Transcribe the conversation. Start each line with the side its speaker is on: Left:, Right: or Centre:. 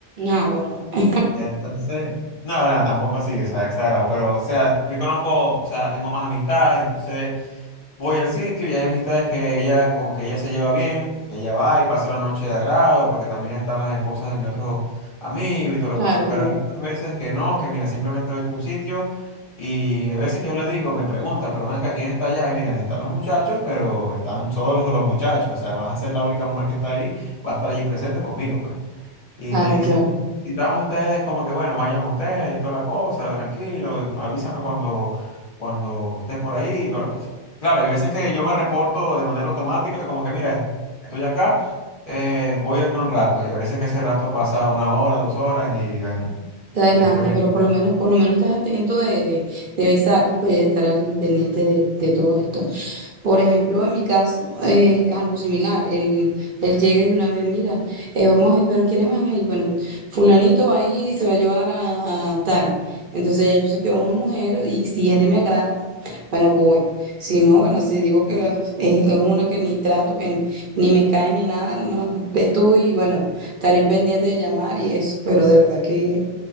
Right: Náguara. <laughs>
Left: Entonces, no, bueno, tampoco así, o sea, exagerado, pero, o sea, yo conozco, o sea, tengo más amistades, entonces... Voy al sitio y hay amistades que ella, con que ella se lleva bien, que ella va y pasa la noche de agrado, porque también están las esposas de mi otro amigo y toda la
Right: Claro,
Left: cosa. Pero
Right: claro,
Left: hay otras veces que no, que mira, simplemente voy para un sitio y hay veces que yo le digo, me pregunta, pero ven acá, ¿quién está allá? Y mira, están los muchachos, pero están todos los de los muchachos, o sea, vas a ser la única mujer que está ahí, va a estar allí presente conmigo, pues. Y
Right: claro,
Left: me dice,
Right: claro.
Left: si están ustedes, como que bueno, vayan ustedes y toda la cosa, tranquilo, avísame cuando, cuando estés por ahí y toda la cosa. Claro, hay veces que yo me reporto de manera automática, como que mira, estoy acá, eh, voy dentro de un rato, y a veces que ese rato pasa una hora, dos horas, y bueno,
Right: te adelanta,
Left: después viene.
Right: pero por lo menos, por lo menos estás atento de, de, de avisarle, pues, de estar al pendiente de, de todo esto. Por ejemplo, en mi caso, eh, es algo similar. Él, él llega de una vez, mira, eh, vamos a ir, pero ¿quiénes van a ir? Bueno, fulanito va a ir y se va a llevar a, a tal. Entonces ya yo sé que va una mujer y si es de mi agrado, bueno, voy. Si no, bueno, si digo que ah, es, es una que ni trato, que ni, ni me cae ni nada, no, ve tú y bueno, estaré el pendiente de llamar y eso. Pero de verdad que...